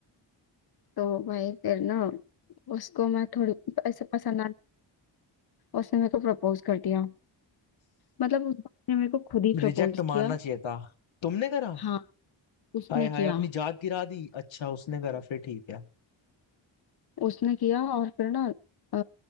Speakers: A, on the left; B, on the left.
A: तो भाई फिर ना उसको मैं थोड़ी ऐसे पसंद आ उसने मेरे को प्रपोज कर दिया मतलब उस बाप ने मेरे को खुद ही प्रपोज
B: रिजेक्ट
A: किया
B: मानना चाहिए था तुमने करा
A: हाँ उसने
B: हाय हाय
A: किया
B: अपनी जात गिरा दी अच्छा उसने करा फिर ठीक है
A: उसने किया और फिर ना अ,